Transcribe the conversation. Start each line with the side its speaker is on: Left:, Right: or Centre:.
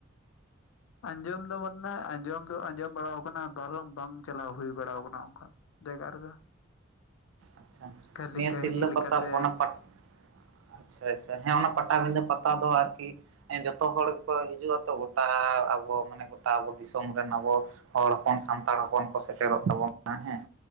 Left: ᱟᱸᱡᱚᱢ ᱫᱚ ᱢᱟᱱᱱᱟ, ᱟᱸᱡᱚᱢ ᱫᱚ ᱟᱸᱡᱚᱢ ᱵᱟᱲᱟᱣ ᱠᱟᱱᱟ ᱵᱚᱨᱚᱢ ᱵᱟᱝ ᱪᱟᱞᱟᱣ ᱦᱩᱭ ᱵᱟᱲᱟᱣ ᱠᱟᱱᱟ ᱚᱝᱠᱟ᱾ ᱫᱮᱣᱜᱟᱜ ᱨᱮᱫᱚ
Right: ᱟᱪᱪᱷᱟ,
Left: ᱠᱷᱟᱹᱞᱤ
Right: ᱱᱤᱭᱟᱹ
Left: ᱠᱟᱹᱦᱱᱤ
Right: ᱥᱤᱞᱞᱟᱹ
Left: ᱞᱮᱠᱟᱛᱮ
Right: ᱯᱟᱛᱟ ᱯᱚᱱᱚᱛ ᱯᱟᱛ ᱟᱪᱪᱷᱟ ᱟᱪᱪᱷᱟ, ᱦᱮᱸ ᱚᱱᱟ ᱯᱟᱴᱟᱵᱤᱸᱫᱷᱟᱹ ᱯᱟᱛᱟ ᱫᱚ ᱟᱨᱠᱤ ᱮᱸ ᱡᱚᱛᱚ ᱦᱚᱲ ᱜᱮᱠᱚ ᱦᱤᱡᱩᱜᱼᱟᱛᱚ ᱜᱚᱴᱟ ᱟᱵᱚ ᱢᱟᱱᱮ ᱜᱚᱴᱟ ᱟᱵᱚ ᱫᱤᱥᱚᱢ ᱨᱮᱱ ᱟᱵᱚ᱾ ᱦᱚᱲ ᱦᱚᱯᱚᱱ ᱥᱟᱱᱛᱟᱲ ᱦᱚᱯᱚᱱ ᱠᱚ ᱥᱮᱴᱮᱨᱚᱜ ᱛᱟᱵᱚᱱᱟ ᱦᱮᱸ᱾